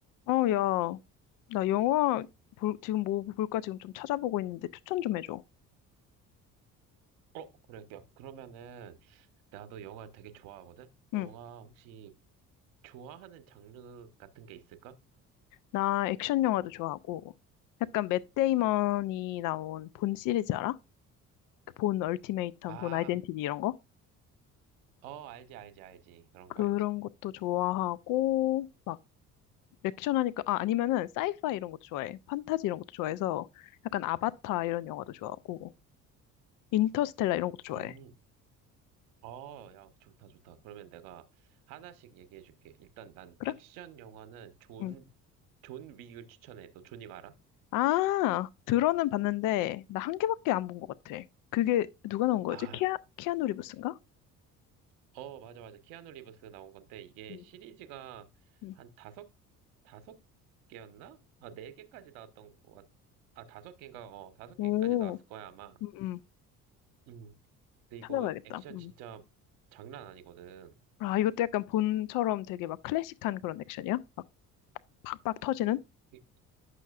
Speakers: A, on the left; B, on the right.
A: 어, 야, 나 영화 볼, 지금 뭐 볼까 지금 좀 찾아보고 있는데 추천 좀 해줘.
B: 어, 그래. 야, 그러면은, 나도 영화 되게 좋아하거든?
A: 응,
B: 너가 혹시 좋아하는 장르 같은 게 있을까?
A: 나 액션 영화도 좋아하고 약간 맷 데이먼이 나온 본 시리즈 알아? 그 본 얼티메이텀,
B: 아,
A: 본 아이덴티티 이런 거?
B: 어, 알지, 알지, 알지. 그런
A: 그런
B: 거 알지.
A: 것도 좋아하고 막 액션 하니까 아 아니면은 사이파이 이런 것도 좋아해. 판타지 이런 것도 좋아해서 약간 아바타 이런 영화도 좋아하고 인터스텔라 이런 것도 좋아해.
B: 음, 어, 야, 좋다, 좋다. 그러면 내가 하나씩 얘기해 줄게. 일단 난
A: 그래?
B: 액션 영화는 존,
A: 응.
B: 존 윅을 추천해. 너 존윅 알아?
A: 아, 들어는 봤는데, 나 한 개밖에 안 본 것 같아. 그게 누가 나온 거였지?
B: 아,
A: 키아, 키아누 리브스인가?
B: 어, 맞아, 맞아. 키아누 리브스 나온 건데, 이게
A: 음.
B: 시리즈가
A: 음.
B: 한 다섯, 다섯 개였나? 아, 네 개까지 나왔던 것 같, 아, 다섯 개인가? 어, 다섯
A: 오,
B: 개까지 나왔을 거야, 아마.
A: 음, 음.
B: 음. 근데
A: 찾아봐야겠다.
B: 이거 액션
A: 음.
B: 진짜 장난 아니거든.
A: 아, 이것도 약간 본처럼 되게 막 클래식한 그런 액션이야? 막 팍팍 터지는?
B: 이,